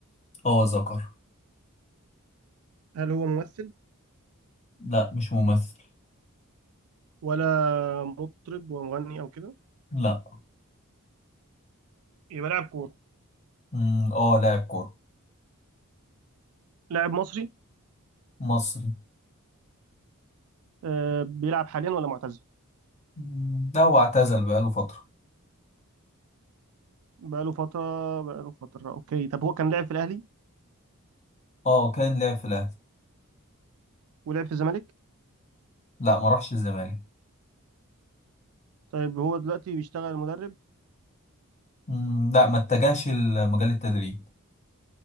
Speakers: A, on the left; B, on the right.
A: اه ذكر
B: هل هو ممثل
A: لا مش ممثل
B: ولا مطرب ومغني أو كده
A: لا
B: يبقى لاعب كورة
A: مم، اه لاعب كورة
B: لاعب مصري
A: مصري
B: آه، بيلعب حاليا ولا معتزل
A: مم، لا هو اعتزل بقاله فترة
B: بقاله فترة بقاله فترة أوكي طب هو كان لاعب في الأهلي
A: اه كان لاعب في الاهلي
B: ولعب في الزمالك
A: لا ما راحش الزمالك
B: طيب هو دلوقتي بيشتغل مدرب
A: مم، لا ما اتجهش لمجال التدريب